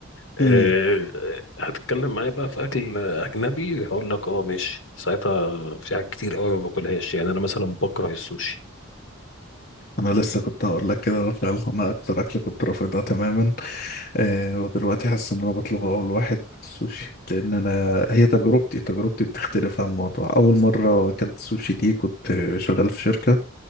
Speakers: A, on the left; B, on the left.
A: أه
B: مم.
A: هتتكلم معايا بقى في اكل اجنبي هقول لك اه ماشي ساعتها في حاجات كتير قوي ما باكلهاش يعني انا مثلا بكره السوشي
B: أنا لسه كنت هقول لك كده فعلا أنا أكتر أكلة كنت رافضها تماما آه ودلوقتي حاسس ان انا بطلب اول واحد السوشي لان انا هي تجربتي تجربتي بتختلف عن الموضوع اول مره اكلت سوشي دي كنت شغال في شركه